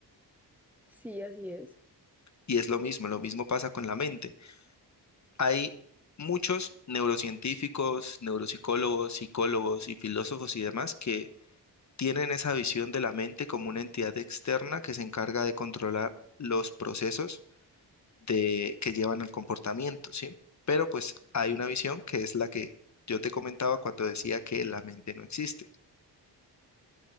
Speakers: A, in the centre; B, on the left.
A: sí, así es.
B: Y es lo mismo, lo mismo pasa con la mente. Hay muchos neurocientíficos, neuropsicólogos, psicólogos y filósofos y demás que tienen esa visión de la mente como una entidad externa que se encarga de controlar los procesos de, que llevan al comportamiento, ¿sí? Pero pues hay una visión que es la que yo te comentaba cuando decía que la mente no existe.